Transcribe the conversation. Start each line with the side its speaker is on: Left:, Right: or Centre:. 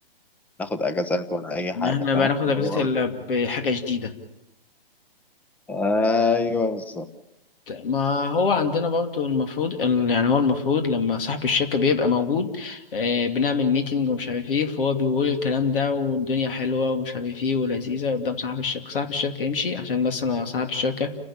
Centre: ناخد اجازات ولا اي حاجة
Left: إن احنا
Centre: فاهم
Left: بقى ناخد
Centre: اللي
Left: أجازة
Centre: هو
Left: إلا بحاجة جديدة
Centre: ايوه بالظبط
Left: ما هو عندنا برضو المفروض ال- يعني هو المفروض لما صاحب الشركة بيبقى موجود آه بنعمل ميتنج ومش عارف ايه فهو بيقول الكلام ده والدنيا حلوة ومش عارف ايه ولذيذة قدام صاحب الشركة صاحب الشركة يمشي عشان بس أنا صاحب الشركة